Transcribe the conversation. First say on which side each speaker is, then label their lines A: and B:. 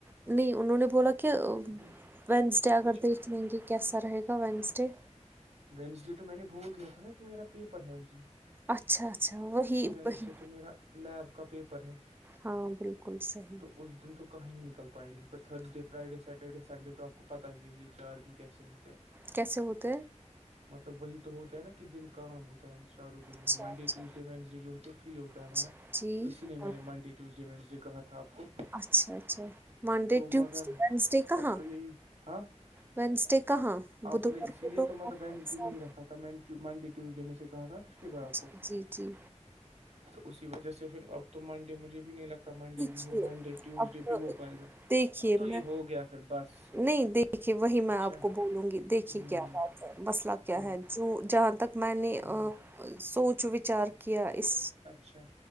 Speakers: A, on the right (about 15°); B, on the right (about 60°).
A: نہیں انہوں نے بولا کہ
B: ہ ہ
A: وینسڈے اگر
B: اچھا
A: دیکھ دیں گے کیسا رہے گا وینسڈے
B: وینسڈے تو میں نے بول دیا تھا نا کہ میرا پیپر ہے اس دن
A: اچھا اچھا وہی
B: وینسڈے
A: وہی
B: تو میرا لب کا پیپر ہے
A: ہاں بالکل صحیح
B: تو اس دن تو کہیں ہی نکل پائیں گے پھر تھرزڈے فرائیڈے سیٹرڈے سنڈے تو آپ پتا ہی ہے یہ چار دن کیسے ہوتے
A: کیسے ہوتے ہیں
B: مطلب وہی تو ہوتا ہے نا کس دن کام ہوتا چار دنوں
A: اچھا
B: میں منڈے
A: اچھا
B: ٹیوزڈے وینسڈے جو ہوتے ہیں فری ہوتا ہے ہمارا
A: اچھا جی
B: تو اسی لیے میں
A: ہاں
B: نے منڈے کے ٹیوزڈے وینسڈے کہاںا تھا آپ کو
A: اچھا اچھا منڈے
B: تو
A: ٹیوزڈے
B: مگر
A: وینسڈے کہاں
B: اب تو یہی ہاں
A: وینسٹے کہ ہاں بدھوار
B: آپ نے اسی لیے
A: کو آپ
B: تو مطلب
A: کا
B: وینڈسڈے
A: ایگزام
B: نہیں رکھا تھا منڈے ٹیوزڈے میں سے کہا تھا نا پچھلی بار
A: ہے۔
B: آپ کو
A: جی جی جی
B: تو اسی وجہ سے پھر اب تو منڈے مجھے بھی نہیں لگتا منڈے بھی
A: چ
B: ہو منڈے ٹیوزڈے
A: اب <unintelligible>
B: بھی ہو پائے گا
A: دیکھیے
B: ہاں تو
A: میں
B: یہ ہو گیا پھر بس
A: نہیں دیکھیے وہی
B: اچھا
A: میں آپ کو بولوں گی دیکھیے
B: ہ
A: کیا بات ہے مسئلہ کیا
B: ہ
A: ہے جو جہاں تک میں نے
B: ہ
A: سوچ وچار کیا اس
B: اچھا